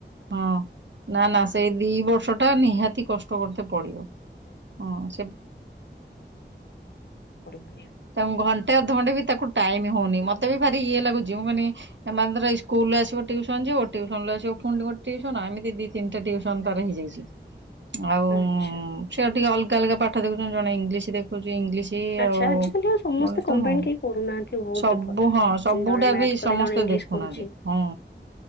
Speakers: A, on the right (about 75°); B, on the left (about 65°).
A: ହଁ। ନା ନା ସେଇ ଦି ବର୍ଷ ଟା ନିହାତି କଷ୍ଟ କରତେ ପଡିବ ହଁ ସେ
B: <unintelligible> <unintelligible>
A: ତାଙ୍କୁ ଘଣ୍ଟେ ଅଧଘଣ୍ଟେ ବି ତାକୁ ଟାଇମ ହଉନି ମତେ ବି ଭାରି ଇଏ ଲାଗୁଛି। ମୁଁ କହିନି ଏମାନ୍ଦୀରାଇ ସ୍କୁଲରୁ ଆସିବ ଟ୍ୟୁସନ ଯିବ ଟ୍ୟୁସନୁ ଆସିବୁଣି ଗୋଟେ୍ୟୁସନ ଏମି ଦି ତିନିଟା ଟ୍ୟୁସନ ତାର ହେଇଯାଇଛି। <unintelligible> ଆଉ
B: ଆଚ୍ଛା
A: ସେଏଉ ଟିକେ ଅଲଗା ଅଲଗା ପାଠ ଦେଖୁଛନ୍ତି ଜଣେ ଇଂଲିଶ ଦେଖୁଛି ଇଂଲିଶ
B: ଆଚ୍ଛା
A: ଆଉ
B: ଆଜିକାଲି ଆଉ ସମସ୍ତେ
A: ବଣ
B: କମ୍ବାଇନ
A: ତ ହଁ,
B: କେହି କରୁନାହାନ୍ତି ଓଲ୍
A: ସବୁ
B: ପେପର।
A: ହଁ ସବୁଟା
B: ଜଣେ ମ୍ୟାଥ
A: ବି
B: କଲେ
A: ସମସ୍ତେ
B: ଜଣେ ଇଂଲିଶ
A: ଦେଖୁନାହାନ୍ତି।
B: କରୁଛି
A: ହଁ।